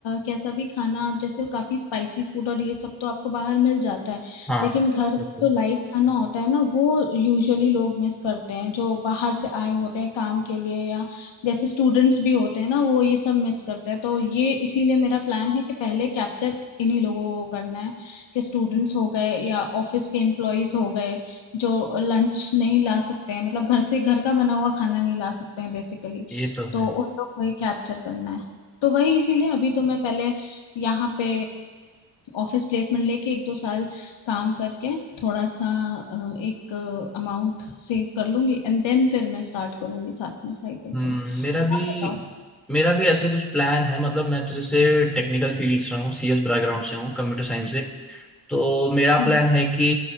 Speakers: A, on the left (about 60°); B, in the centre.
A: कैसा भी खाना आप जैसे काफी स्पाइसी फूड और ये सब तो आपको बाहर मिल जाता है
B: हाँ
A: लेकिन घर
B: बिल्कुल
A: जो लाइट खाना होता है ना वो यूजुअली लोग मिस करते हैं जो बाहर से आए होते हैं काम के लिए या जैसे स्टूडेंट्स भी होते हैं ना वो ये सब मिस करते हैं तो ये इसीलिए मेरा प्लान है कि पहले कैप्चर इन्हीं लोगों को करना है कि स्टूडेंट्स हो गए या ऑफिस के एम्प्लॉयज हो गए जो लंच नहीं ला सकते हैं मतलब घर से घर का बना हुआ खाना नहीं ला सकते हैं बेसिकली
B: ये तो
A: तो
B: है
A: उन लोग को ही कैप्चर करना है तो वही इसीलिए अभी तो मैं पहले यहाँ पे ऑफिस प्लेसमेंट लेके एक दो साल काम करके थोड़ा सा अ, एक अमाउंट सेव कर लूंगी एंड देन फिर मैं स्टार्ट करूंगी साथ में साइड बाय
B: हम्म,
A: साइड
B: मेरा भी
A: आप बताओ
B: मेरा भी ऐसे कुछ प्लान है मतलब मैं तो जैसे टेक्निकल फील्ड से हूँ सीएस बैकग्राउंड से हूँ कंप्यूटर साइंस से तो मेरा
A: हम्म
B: प्लान है कि